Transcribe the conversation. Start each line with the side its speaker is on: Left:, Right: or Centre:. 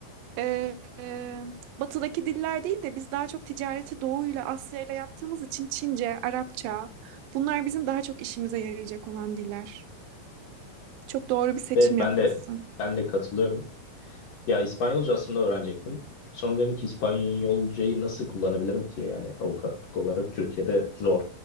Right: e, e, batıdaki diller değil de biz daha çok ticareti Doğu'yla Asya'yla yaptığımız için Çince, Arapça bunlar bizim daha çok işimize yarayacak olan diller. Çok doğru bir seçim
Left: Evet
Right: yapmışsın.
Left: ben de ben de katılıyorum. Ya İspanyolca aslında öğrenecektim. Sonra dedim ki İspanyolcayı nasıl kullanabilirim ki? Yani avukatlık olarak Türkiye'de zor